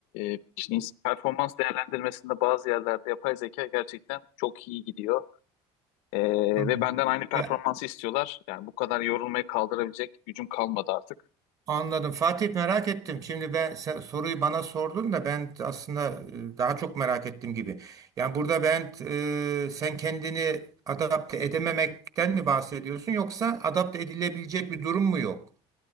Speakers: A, on the left; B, on the right.
A: e, işte ins- performans değerlendirmesinde bazı yerlerde yapay zeka gerçekten çok iyi gidiyor. E,
B: Hı.
A: ve benden aynı performansı
B: Ya
A: istiyorlar. Yani bu kadar yorulmayı kaldırabilecek gücüm kalmadı artık.
B: Anladım. Fatih merak ettim. Şimdi ben sen soruyu bana sordun da ben aslında e, daha çok merak ettim gibi. Yani burada ben e, sen kendini adapte edememekten mi bahsediyorsun yoksa adapte edilebilecek bir durum mu yok?